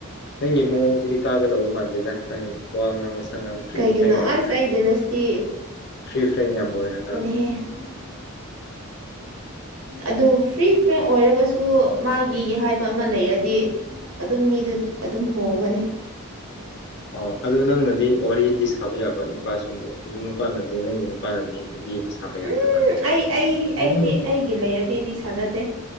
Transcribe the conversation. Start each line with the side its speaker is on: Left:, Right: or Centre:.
Left: ꯅꯪꯒꯤ ꯃꯑꯣꯡꯁꯤꯗꯤ ꯀꯥꯒꯗꯧꯕ ꯃꯥꯟꯗꯦꯗ ꯅꯪ ꯋꯥ ꯉꯥꯡꯉꯁꯨ <unintelligible> ꯐ꯭ꯔꯤ
Right: ꯀꯩꯒꯤꯅꯣ
Left: ꯐ꯭ꯔꯦꯡ ꯌꯥꯝ
Right: ꯑꯁ
Left: ꯑꯣꯏꯋꯦ
Right: ꯑꯩ ꯖꯦꯂꯁꯇꯤ
Left: ꯐ꯭ꯔꯤ ꯐ꯭ꯔꯦꯡ ꯌꯥꯝ ꯑꯣꯏꯔꯒ
Right: <unintelligible> ꯑꯗꯨ ꯐ꯭ꯔꯤ ꯐ꯭ꯔꯦꯡ ꯑꯣꯏꯔꯒꯁꯨ ꯃꯥꯒꯤ ꯍꯥꯏꯕ ꯑꯃ ꯂꯩꯔꯗꯤ ꯑꯗꯨꯝ ꯃꯤꯗꯨ ꯑꯗꯨꯝ ꯍꯣꯡꯕꯅꯦ
Left: ꯑꯣ ꯑꯗꯨ ꯅꯪꯅꯗꯤ ꯋꯥꯔꯤꯗꯤ ꯁꯥꯕ ꯌꯥꯕ ꯅꯨꯄꯥꯁꯤꯡꯕꯨ ꯑꯗꯨ ꯅꯨꯄꯥꯅꯗꯤ ꯅꯪꯒꯤ ꯅꯨꯞ ꯄꯥꯅꯗꯤ ꯅꯨꯄꯤꯕꯨ ꯁꯥꯕ ꯌꯥꯗꯕꯥ
Right: ꯎꯝ ꯑꯩ ꯑꯩ ꯑꯩꯗꯤ
Left: ꯎꯝ
Right: ꯑꯩꯒꯤ ꯂꯩꯔꯗꯤꯗꯤ ꯁꯥꯟꯅꯗꯦ